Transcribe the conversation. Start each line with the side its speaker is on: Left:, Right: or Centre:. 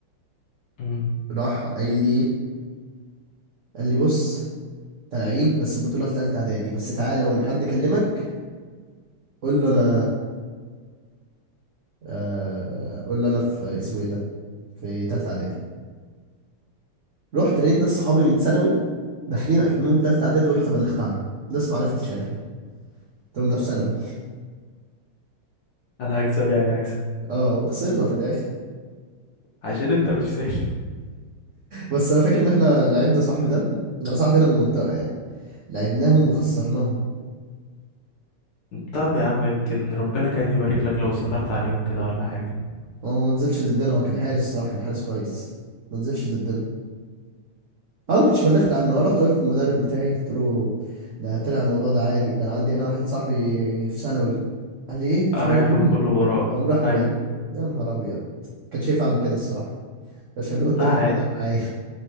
Left: مم.
Right: راح قايل لي ايه قال لي بص انت لعيب بس البطوله لتالتة اعدادي بس تعالى وان حد كلمك قول له انا آه، قول له انا في اسمه ايه ده في تالتة اعدادي رحت لقيت ناس صحابي من ثانوي داخلين اكنهم تالتة اعدادي ورحت بلغت عنهم ناس معانا في الشارع كده قلت لهم ده في ثانوي
Left: انا هكسب يعني هكسب
Right: اه وخسرنا في الاخر
Left: عشان انت مش سهل
Right: بس انا فاكر ان احنا لعبنا صاحبي ده صاحبي انا من المنطقة يعني لعبناهم وخسرناهم
Left: <laughs> طب يا عم يمكن ربنا كان يبارك لك لو سترت عليهم كده ولا حاجه
Right: هو ما نزلش ضدنا هو كان حارس الصراحة كان حارس كويس ما نزلش ضدنا انا ما كنتش بلغت عنه انا رحت قلت للمدرب بتاعي قلت له ده طلع الموضوع ده عادي ده انا عندي هنا واحد صاحبي في ثانوي قال لي ايه في ثانوي
Left: اريح
Right: مين
Left: له بكل براءه
Right: وقام راح مبلغ
Left: ايوه
Right: يا نهار ابيض كان شايف اعمل كده الصراحة عشان الواد ده
Left: لا
Right: كان
Left: عادي
Right: جدع معايا